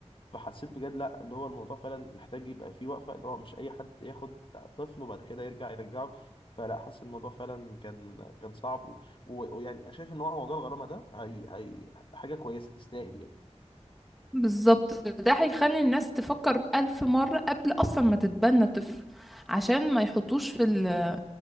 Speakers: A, on the left; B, in the centre.
A: فحسيت بجد لا اللي هو الموضوع فعلا محتاج يبقى فيه وقفة اللي هو مش أي حد ياخد طفل وبعد كده يرجع يرجعه فلا حاسس الموضوع فعلا كان كان صعب و- و- ويعني أنا شايف إن هو موضوع الغرامة ده هي هي حاجة كويسة تستاهل يعني
B: بالظبط ده هيخلي الناس تفكر بألف مرة قبل أصلا ما تتبنى طفل عشان ما يحطوش في ال